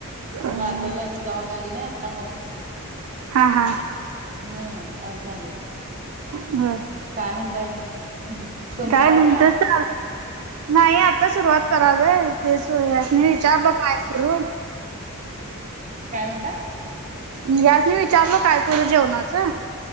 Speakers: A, on the right; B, on the right.
A: ते
B: हा
A: बाजारला मी जाऊन आली ना, आता मग.
B: हा हा.
A: हम्म आज झालं.
B: होय
A: काय म्हणताय आणि? तुमच
B: काय
A: आवरलं?
B: नाही तर चाल नाही. आता सुरुवात करालाय, ते ह्यास्नी
A: हा
B: विचारलो
A: हा
B: काय हो.
A: काय म्हंटलं?
B: मी ह्यास्नी विचारलो काय करू? जेवणाचं.